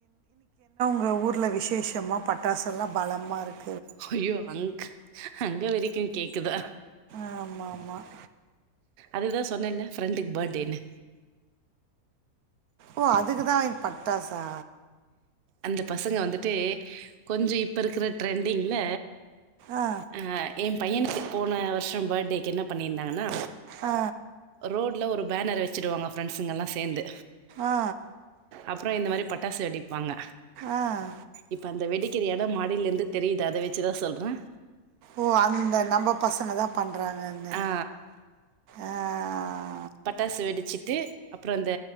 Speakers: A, on the right; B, on the right.
A: க ஊர்ல விசேஷமா பட்டாசுல்லாம் பலமாக இருக்
B: ஜயோ அங்க அங்க வரைக்கும் கேக்குதா
A: ஆமாம் ஆமாம்
B: அது தான் சொன்னே இல ஃப்ரெண்டுக்கு பர்டேனு
A: ஓ அதுக்குதான் பட்டாசா
B: அந்த பசங்க வந்துட்டு கொஞ்சம் இப்ப இருக்கிற ட்ரெண்டிங்ல
A: ஆ
B: அஹ் என் பையனுக்கு போன வருஷம் பர்டே என்ன பண்ணியிருந்தாங்கண்ணா
A: ஆ
B: ரோட்ல ஒரு பேனர் வச்சடுவாங்க பிரெண்ட்ஸ்சுங்கல்லாம் சேர்ந்து
A: ஆ
B: அப்புறம் இந்த மாதிரி பட்ட பட்டாசு வெடிப்பாங்க
A: ஆஹ்
B: இப்ப அந்த வெடிக்கிற இடம் மாடியில் இருந்து தெரியுது அத வச்சுதான் சொல்றேன்
A: ஓ அந்த நம்ம பசங்க தான் பண்றாங்கன்னு
B: ஆ
A: அஹ்
B: பட்டாசு வெடிச்சுட்டு அப்புறம் அந்த